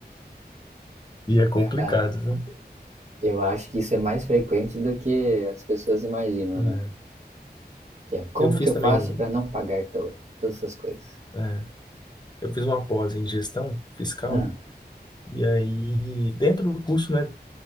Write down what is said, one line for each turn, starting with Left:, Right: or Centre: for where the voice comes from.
Left: E é complicado,
Right: Ah,
Left: viu?
Right: Eu acho que isso é mais frequente do que as pessoas imaginam,
Left: É.
Right: né? Que é como
Left: Eu fiz
Right: que eu
Left: também
Right: faço
Left: um.
Right: para não pagar to todas essas coisas?
Left: é, eu fiz uma pós em gestão fiscal.
Right: Ah,
Left: E aí, dentro do curso, né,